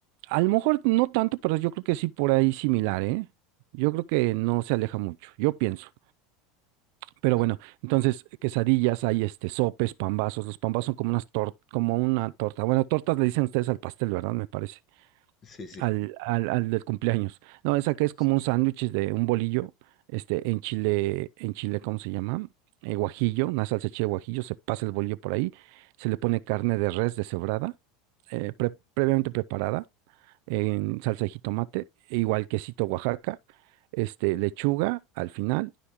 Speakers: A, on the right; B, on the left.
A: a lo mejor no tanto, pero yo creo que sí por ahí similar, ¿eh? Yo creo que no se aleja mucho, yo pienso. Pero
B: Claro.
A: bueno, entonces
B: Eh,
A: quesadillas, hay este sopes, pambazos. Los pambazos son como unas tor- como una torta. Bueno, tortas le dicen ustedes al pastel, ¿verdad? Me parece.
B: Sí, sí,
A: Al, al, al del cumpleaños. No, esa que es
B: sí.
A: como un sándwich de un bolillo, este, en chile, en chile, ¿cómo se llama? Eh, guajillo, una salsa de chile guajillo, se pasa el bolillo por ahí, se le pone carne de res deshebrada, eh, pre- previamente preparada en salsa de jitomate, e igual quesito Oaxaca, este, lechuga al final,